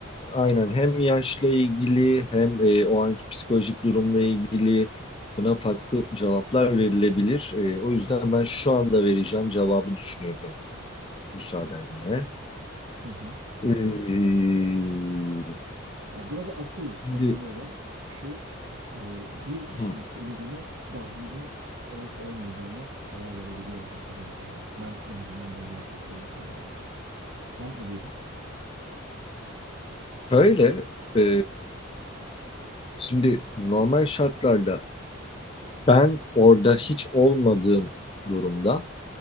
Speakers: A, on the left; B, on the right.
A: aynen hem yaşla ilgili hem e, o anki psikolojik durumla ilgili buna farklı cevaplar verilebilir. E, o yüzden ben şu anda vereceğim cevabı düşünüyorum müsaadenle.
B: Hı hı.
A: E,
B: Ya burada asıl
A: şimdi
B: önemli olan şu, e, bir kişinin
A: hı,
B: ölümüne dahlinin olup olmayacağına karar verebiliyor olmak herhalde ya. Ben en azından böyle yaklaşıyorum konuya yani. Sen ne diyordun?
A: şöyle e, şimdi normal şartlarda ben orada hiç olmadığım durumda